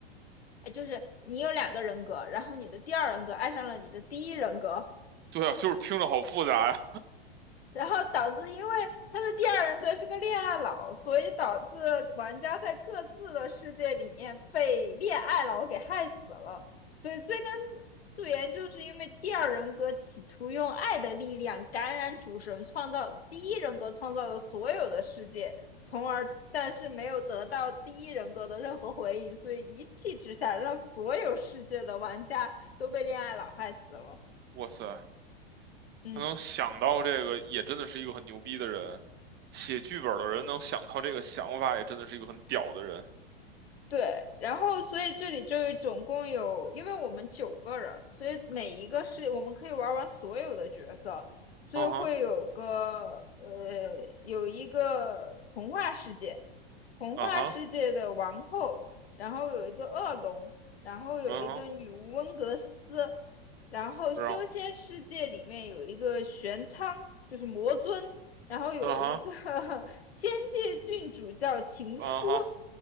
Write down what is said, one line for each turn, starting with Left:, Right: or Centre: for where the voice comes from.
Left: 哎，就是你有两个人格，然后你的第二人格爱上了你的第一人格。
Right: 对啊，就是听着好复杂呀。
Left: 然后导致因为他的第二人格是个恋爱脑，所以导致玩家在各自的世界里面被恋爱脑给害死了。所以追根溯源，就是因为第二人格企图用爱的力量感染主神，创造第一人格创造的所有的世界，从而但是没有得到第一人格的任何回应，所以一气之下让所有世界的玩家都被恋爱脑害死了。
Right: 哇塞，
Left: 嗯。
Right: 他能想到这个，也真的是一个很牛逼的人。写剧本的人能想到这个想法，也真的是一个很屌的人。
Left: 对，然后所以这里就是总共有，因为我们九个人，所以每一个是我们可以玩完所有的角色，所以会有个呃有一个童话世界，
Right: 嗯哼，
Left: 童话世界的王后，
Right: 嗯哼，
Left: 然后有一个恶龙，然后有一个女巫温格斯，
Right: 嗯哼。
Left: 然后修仙世界里面有一个玄苍，
Right: 然后，
Left: 就是魔尊，然后有一个
Right: 啊哈，
Left: <laughs> 仙界郡主叫情书。
Right: 啊哈，